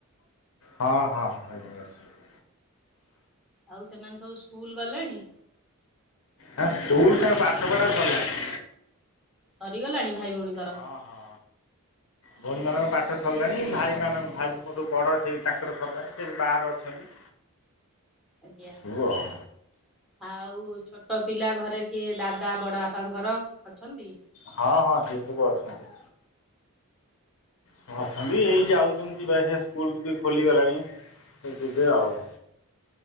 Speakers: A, on the left (about 65°); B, in the centre.
A: ହଁ ହଁ ଭାଇ ଭଉଣୀ ଆସିଛନ୍ତି।
B: ଆଉ ସେମାନେ ସବୁ ସ୍କୁଲ ଗଲେଣି?
A: ହଁ ସ୍କୁଲ ସାଙ୍ଗେ ପାଠ ପଢ଼ା ସିରିଲାଣି।
B: ସରିଗଲାଣି ଭାଇ ଭଉଣୀଙ୍କର?
A: ହଁ ହଁ। ଭଉଣୀମାନଙ୍କ ପାଠ ସରିଲାଣି ଭାଇମାନଙ୍କ ଭାଇ ମୋଠୁ ବଡ଼ ସେ ତାଙ୍କର ସରିଲାଣି ସେ ବାହାରେ ଅଛନ୍ତି।
B: ଆଜ୍ଞା।
A: ସବୁ ଆଉ
B: ଆଉ ଛୋଟ ପିଲା ଘରେ କିଏ ଦାଦା ବଡ଼ ବାପାଙ୍କର ଅଛନ୍ତି?
A: ହଁ ହଁ ସିଏ ସବୁ ଅଛନ୍ତି। ହଁ ଅଛନ୍ତି
B: ଆଉ
A: ଏଇ ଯାଉଛନ୍ତି ଯିବା ଆସିବା ସ୍କୁଲକୁ ବି ଖୋଲିଗଲାଣି ସେ ଯିବେ ଆଉ।